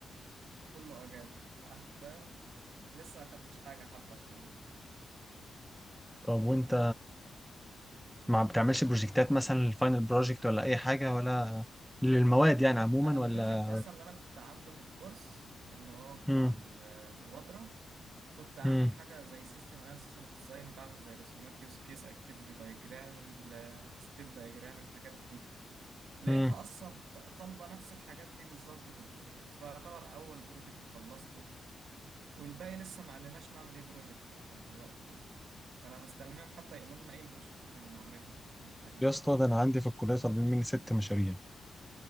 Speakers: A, on the right; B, in the centre.
A: كله اجازه <laughs> آه، فاهم لسه ما خدتش حاجه حتى عشان اذاكر
B: طب وانت ما بتعملش بروجكتات مثلا الفاينل بروجكت ولا اي حاجه ولا للمواد يعني عموما
A: انا البروجكت
B: ولا
A: اصلا اللي انا كنت عامله في الكورس اللي هو بتاع
B: مم.
A: المبادره كنت عامل
B: مم.
A: حاجه زي سيستم اناليسيس اند ديزاين بعمل زي رسومات يوز كيس اكتيفيتي دايجرام ستيت دايجرام الحاجات دي لقيتها
B: مم.
A: اصلا ط- طالبه نفس الحاجات دي بالظبط في البروجكت فيعتبر اول بروجكت خلصته والباقي لسه ما قالناش نعمل ايه بروجكت لحد دلوقتي يعني. فانا مستنيهم حتى يقولوا لنا ايه البروجكتات اللي نعملها ولا ايه الحاجات
B: يا
A: دي
B: اسطى
A: فاهم؟
B: ده انا عندي في الكليه طالبين مني ست مشاريع